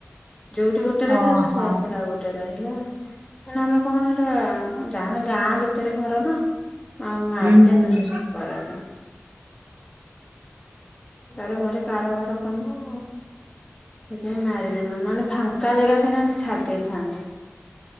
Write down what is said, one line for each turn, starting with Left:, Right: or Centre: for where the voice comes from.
Left: ଯୋଉଠି ଗୋଟେ ରହିଲା
Right: ଓହୋ।
Left: ପୁଣି ସେ ଆସିଲା ଆଉ ଗୋଟେ ରହିଲା ନା ନା କଣ ହେଟା ଯା <unintelligible> ଗାଁ ଭିତରେ ଘର ନା ଆଉ ମାରିଦେନୁ
Right: ହୁଁ ହୁଁ।
Left: ସେ ସାପ ରାକୁ। ତାର ଘରେ କାରବାର କଲୁ ସେଥିପାଇଁ ମାରିଦେଲୁ ମାନେ ଫାଙ୍କା ଜାଗା ଥିଲେ ଆମେ ଛାଡି ଦେଇ ଥାନ୍ତୁ।